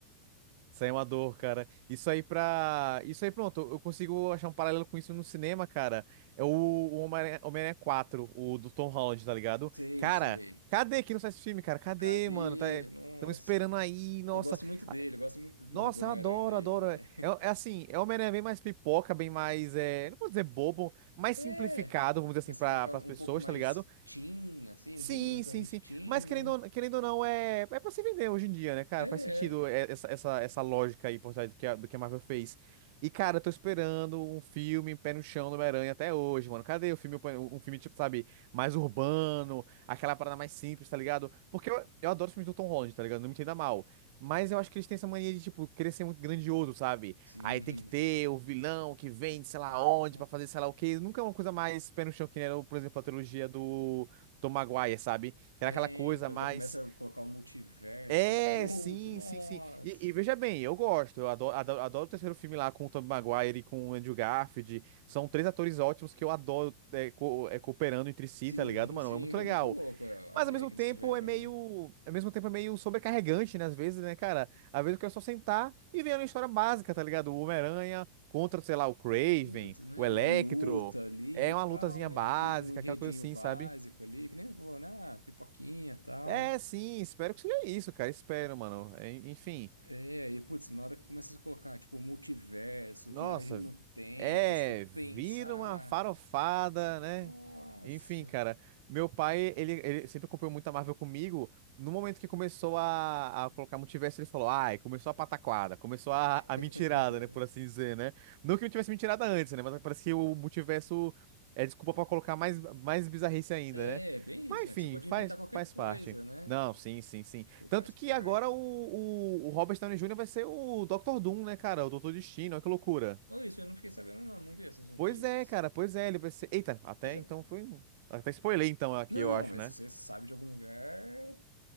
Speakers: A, on the right; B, on the right.
A: Isso aí é uma dor, cara. Isso aí pra. Isso aí, pronto. Eu consigo achar um paralelo com isso no cinema, cara. É o, o Homem-Aranha Homem-Aranha 4, o do Tom Holland, tá ligado?
B: Sei,
A: Cara,
B: sei.
A: cadê que não sai esse filme, cara? Cadê,
B: Cadê?
A: mano? Tá...
B: Nossa.
A: Estão esperando aí, nossa.
B: Eu gosto muito dele,
A: Ah,
B: eu gosto muito
A: Nossa,
B: do, do Homem-Aranha
A: eu adoro,
B: dele,
A: adoro.
B: né?
A: É, é assim, é o Homem-Aranha bem mais pipoca, bem mais. É... Não vou dizer bobo, mais
B: É,
A: simplificado, vamos dizer assim,
B: mas
A: para
B: simplificar
A: as
B: um
A: pessoas,
B: pouco mais
A: tá ligado?
B: teen, assim,
A: Sim,
B: não sei se é exatamente
A: sim, sim.
B: teen,
A: Mas querendo
B: né?
A: ou, querendo ou não, é, é pra se vender hoje em dia, né, cara?
B: É, é.
A: Faz sentido é- essa, essa, essa lógica aí por trás do que a, do que a Marvel fez. E, cara, eu tô esperando um filme Pé no Chão do Homem-Aranha até hoje, mano. Cadê o filme, um filme, tipo, sabe, mais urbano, aquela parada mais simples, tá ligado? Porque eu, eu adoro os filmes do Tom Holland, tá ligado? Não me entenda mal. Mas eu acho que eles têm essa mania de, tipo, querer ser muito grandioso, sabe?
B: Sim,
A: Aí tem que ter
B: <laughs> sim.
A: o vilão que vem
B: E
A: de sei lá
B: pá.
A: onde pra fazer sei lá o quê. Nunca é uma coisa mais pé no chão que nem era, por exemplo, a trilogia do. Tom Maguire, sabe? Que era
B: É,
A: aquela coisa
B: Então
A: mais.
B: já começa a colocar o multiverso
A: É,
B: junto,
A: sim,
B: nossa.
A: sim, sim. E, e veja bem, eu gosto. Eu adoro, adoro, adoro o terceiro filme lá com o Tom Maguire e com o Andrew Garfield. São três atores ótimos que eu adoro é, co- é, cooperando entre si,
B: Sim,
A: tá ligado, mano?
B: sim,
A: É muito
B: não,
A: legal.
B: muito louco a
A: Mas
B: a ideia
A: ao mesmo
B: que
A: tempo
B: eles tiveram,
A: é meio.
B: né?
A: Ao mesmo tempo é meio sobrecarregante, né? Às vezes, né, cara? Às vezes eu quero só sentar e ver uma história básica, tá ligado? O Homem-Aranha contra, sei lá, o Craven,
B: Muito, né?
A: o Electro.
B: Uma luta ali
A: É
B: e
A: uma
B: tal,
A: lutazinha
B: né?
A: básica,
B: Um, um enredinho
A: aquela coisa assim,
B: básico
A: sabe?
B: ali, que nem falou, né? Ah, pipoquinha e tal.
A: É, sim, espero que seja isso, cara. Espero, mano. É, Enfim,
B: É, e putz, na hora que começa a colocar, tipo, multiverso,
A: nossa,
B: viagem no tempo,
A: é,
B: aí você tem que
A: vira
B: pensar.
A: uma farofada, né?
B: Nossa!
A: Enfim, cara, meu pai, ele, ele sempre acompanhou muita Marvel comigo. No momento que começou a, a colocar multiverso, ele falou, ai, começou a pataquada, começou a, a
B: <laughs>
A: mentirada, né, por assim dizer, né? Não que não tivesse mentirada antes, né? Mas parece que o multiverso é desculpa pra colocar mais, mais bizarrice ainda,
B: É,
A: né?
B: é bem
A: Mas
B: isso, né?
A: enfim,
B: Que você pode
A: faz,
B: inventar qualquer
A: faz
B: coisa,
A: parte.
B: né?
A: Não, sim, sim, sim.
B: Tipo, faz
A: Tanto que
B: parte.
A: agora o, o, o Robert Downey Jr. vai ser o Dr. Doom, né, cara? O Doutor Destino, olha que loucura.
B: Ou isso, eu não fiquei sabendo, não, não vi essas notícias.
A: Pois é, cara, pois é, ele vai ser. Eita, até
B: E já.
A: então foi. um, Até spoiler então aqui,
B: Não,
A: eu
B: não,
A: acho,
B: mas
A: né?
B: se você sabe de algum lugar.